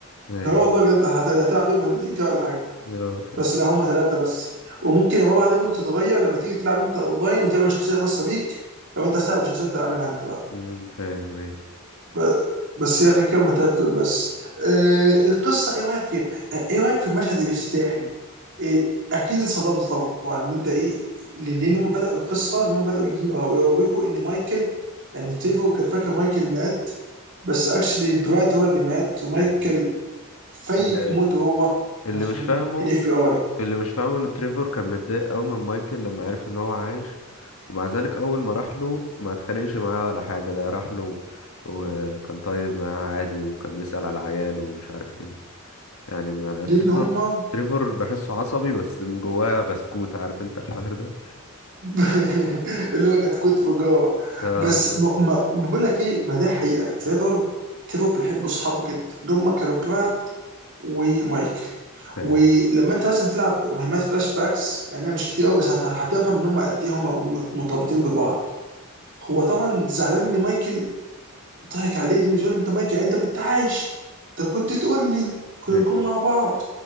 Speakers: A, on the left; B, on the right.
A: ايوه
B: اه والله بجد هت- هتلعب بيه مهمتين كده ولا حاجه
A: اه فاهم
B: بس لا هم ثلاثه بس وممكن المبادئ دي برضه تتغير لما تيجي تلعب انت اونلاين وتعمل شخصيه خاصه بيك لو انت استعمل بشخصيه انت تعملها انت بقى
A: أمم، فاهم ايوه
B: ب- بس يا اخي كده هم الثلاثه دول بس آه القصه ايه رايك فيها؟ آه، ايه رايك في المشهد الافتتاحي؟ إيه اكيد اتصدمت طبعا ان انت ايه ل- لان هم بداوا القصه ان هم بداوا يجيبوا- يروجوا ان مايكل يعني تيفو كان فاكر مايكل مات بس اكشلي براد هو اللي مات ومايكل
A: ايوه
B: فيك
A: اللي
B: موته هو
A: اللي
B: عشان
A: مش فاهمه
B: الاف بي اي
A: اللي مش فاهمه ان تريفور كان متضايق قوي من مايكل لما عرف ان هو عايش ومع ذلك اول ما راح له ما اتخانقش معاه ولا حاجه ده راح له وكان طيب معاه عادي وكان بيسأل على عياله ومش عارف ايه يعني ما
B: لان
A: تريفور
B: هما
A: تريفور بحسه عصبي بس من جواه بسكوت عارف انت الحوار ده
B: <laughs> اللي هو كانت كتبه جوه
A: اه
B: بس
A: بالظبط
B: ما, ما ما بقول لك ايه ما ده حقيقه تريفر تريفر بيحب اصحابه جدا اللي هما كانوا براد ومايكل
A: هي
B: ولما انت مثلا تلعب مهمات فلاش باكس لانها مش كتير قوي بس هت- هتفهم ان هم قد ايه هم مرتبطين ببعض هو طبعا زعلان ان مايكل ضحك عليه لانه سؤال انت مايك يعني انت كنت عايش طب كنت تقول لي كنا
A: هي
B: نكون مع بعض